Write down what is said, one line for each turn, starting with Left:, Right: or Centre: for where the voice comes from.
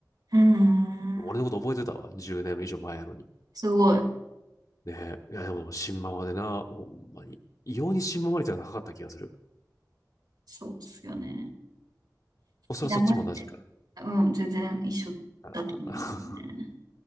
Right: うん
Left: 俺のこと覚えてたわ。10年以上前やのに。
Right: すごい。
Left: ねえ。いや、でも、新ママでな、ほんまに。異様に新ママ率が高かった気がする。
Right: そうっすよね。
Left: おそらくそっちも同じか
Right: いや、マジで。うん、全然一緒だと思いますね。
Left: らな。